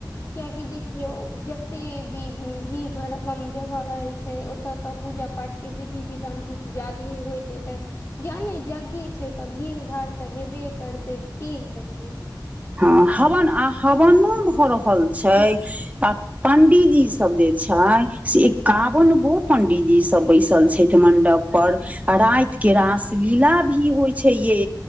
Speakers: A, on the left; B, on the right.
A: कियाकि देखियौ जते भी भीड़ भड़कम जगह रहैत छै ओतऽ तऽ पूजा पाठ के विधि विधान किछ ज्यादहै होइत होतै जाने जग्गे छै तऽ भीड़ भाड़ तऽ हेबे करतै की सखि
B: हँ हवन आ हवानो भऽ रहल छै आ पंडीजी सब जे छै से एकावन गो पंडीजी सब बैस चल छैठ मंडप पर आ राति केँ रास लीला भी होइ छै ये